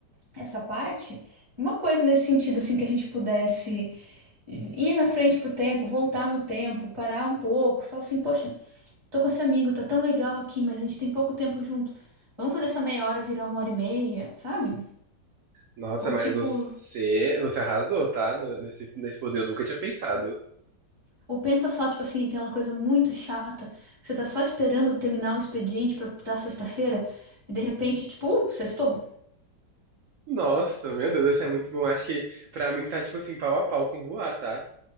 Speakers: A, on the right; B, on the right.
A: essa parte, uma coisa nesse sentido assim que a gente pudesse ir na frente pro tempo, voltar no tempo, parar um pouco, falar assim, poxa, Tô com esse amigo, tá tão legal aqui, mas a gente tem pouco tempo junto. Vamos fazer essa meia hora virar uma hora e meia, sabe?
B: Nossa,
A: Ou
B: mas
A: tipo,
B: você, você arrasou, tá? No- Nesse, nesse poder eu nunca tinha pensado.
A: ou pensa só, tipo assim, aquela coisa muito chata. que Você tá só esperando terminar o expediente pra dar sexta-feira e de repente, tipo, uh, sextou.
B: Nossa, meu Deus, esse é muito bom. Acho que pra mim tá, tipo assim, pau a pau com voar, tá?